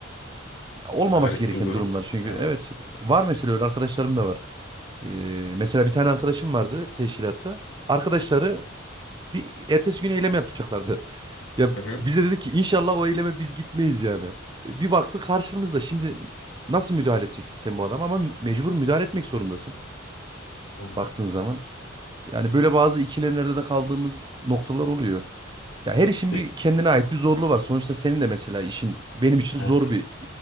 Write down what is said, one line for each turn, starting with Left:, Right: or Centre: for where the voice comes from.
Right: Olmaması
Left: Garip
Right: gereken
Left: bir durum.
Right: durumlar çünkü.
Left: Evet.
Right: Evet var mesela öyle arkadaşlarım da var. E, mesela bir tane arkadaşım vardı teşkilatta. Arkadaşları bir ertesi gün eylem yapacaklardı. Ya
Left: Hı hı.
Right: bize dedi ki inşallah o eyleme biz gitmeyiz yani. E, Bir baktık karşımızda şimdi nasıl müdahale edeceksin sen bu adama ama mecbur müdahale etmek zorundasın
Left: Hı.
Right: baktığın zaman. Yani böyle bazı ikilemlerde de kaldığımız noktalar oluyor. Ya her işin
Left: Peki,
Right: bir kendine ait bir zorluğu var. Sonuçta senin de mesela işin benim için
Left: Evet.
Right: zor bir